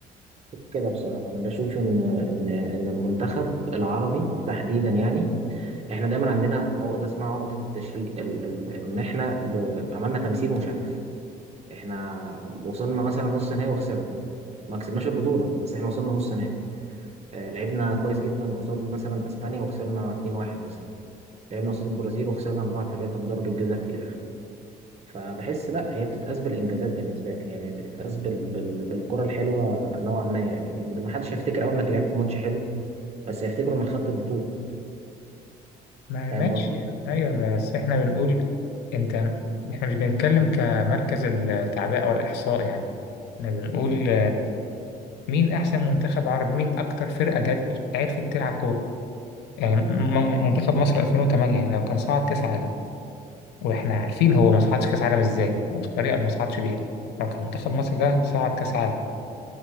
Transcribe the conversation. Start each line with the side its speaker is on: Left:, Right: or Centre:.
Right: كده بصراحة أنا بشوف إن إن إن المنتخب العربي تحديدا يعني إحنا دايما عندنا عقدة اسمها عقدة التشريق ال ال إن إحنا ب- عملنا تمثيل مشرف إحنا وصلنا مثلا نص نهائي وخسرنا ما كسبناش البطولة بس إحنا وصلنا نص نهائي آه، لعبنا كويس جدا قصاد مثلا أسبانيا وخسرنا 2-1 مثلا لعبنا قصاد البرازيل وخسرنا 4-3 بضربة جزاء في الآخر فبحس لا هي بتتقاس بالانجازات بالنسبه لي هي مش بتتقاس بال... بال... بالكره الحلوه نوعا ما يعني لان ما حدش هيفتكر اول انك لعبت ماتش حلو بس هيفتكروا انك خدت البطوله
Left: ما
Right: فاهم
Left: ماشي
Right: قصدي
Left: أيوة بس إحنا بنقول أنت إحنا مش بنتكلم كمركز التعبئة أو الإحصاء يعني إحنا بنقول مين أحسن منتخب عربي مين أكتر فرقة جت عرفت تلعب كورة يعني م- م- منتخب مصر 2008 يعني لو كان صعد كأس عالم واحنا عارفين هو ما صعدش كاس عالم ازاي او الطريقه اللي ما صعدش بيها لو كان منتخب مصر ده صعد كاس عالم